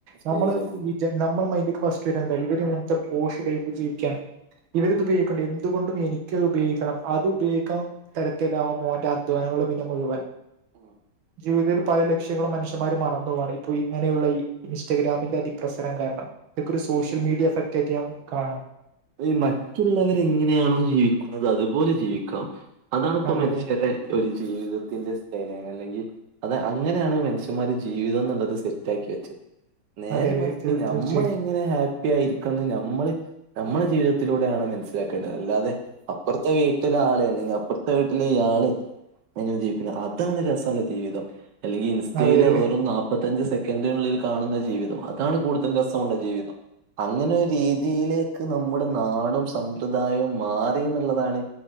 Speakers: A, on the right; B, on the right.
A: ശരിയാണ്.
B: ന്നമ്മള് ന്നമ്മുടെ മൈൻഡിലേക്ക് ഫസ്റ്റ് വേരാന്താ ഇവര്ഇങ്ങൻത്തെ പോഷ് ലൈഫ് ജീവിക്കാൻ ഇവരിതുപയോഗിക്കണ്ട് എന്തുകൊണ്ടും എനിക്കത് ഉപയോഗിക്കണംഅത് ഉപയോഗിക്കാം തരത്തിലാവും മോന്റെഅധ്വാനങ്ങൾ പിന്നെമുഴുവൻ
A: <unintelligible>
B: ജീവിതത്തിൽ പലലക്ഷ്യങ്ങളും മനുഷ്യമാർമറന്ന്പോവാണ് ഇപ്പോൾ ഇങ്ങനെയുള്ള ഈ ഇൻസ്റ്റഗ്രാമിന്റെ അതിപ്രസരം കാരണം ഇതൊക്കൊരു സോഷ്യൽ മീഡിയ എഫക്റ്റ് ആയിട്ട് ഞാൻകാണാ.
A: ഈമറ്റുള്ളവര് എങ്ങനെയാണോ ജീവിക്കുന്നത് അതുപോലെജീവിക്കണം അതാണിപ്പോ
B: അതെ
A: മനുഷ്യരെ
B: അതെ
A: ഒര് ജീവിതത്തിന്റെ സ്റ്റൈൽഅല്ലെങ്കി അത് അങ്ങനെയാണ് മെൻഷ്യന്മാര് ജീവിതംഎന്നുള്ളത് സെറ്റാക്കി വെച്ചത് ന്നേരെമറിച്ച്
B: അതെ അതെ
A: ന്നമ്മളെങ്ങനെ
B: തീർച്ചയായും
A: ഹാപ്പി ആയിരിക്കന്ന് ന്നമ്മള് ന്നമ്മുടെ ജീവിതത്തിലൂടെയാണ് മനസ്സിലാക്കേണ്ടത് അല്ലാതെ അപ്പർത്തെ വീട്ടിലെആള് അല്ലെങ്കിൽ അങ്ങനെജീവിക്കുന്നത് അതാണ് രെസള്ളജീവിതം അല്ലെങ്കി ഇൻസ്റ്റയില
B: അതെ അതെ
A: വെറുംന്നാപ് മുപ്പത്തഞ്ച് സെക്കന്റന് ഉള്ളിൽ കാണുന്നജീവിതം അതാണ്കൂടുതൽ രസമുള്ളജീവിതം. അങ്ങനെരീതിയില് ക്ക്‌ ന്നമ്മുടെനാടും സമ്പ്രദായോംമാറിന്ന്ള്ളതാണ്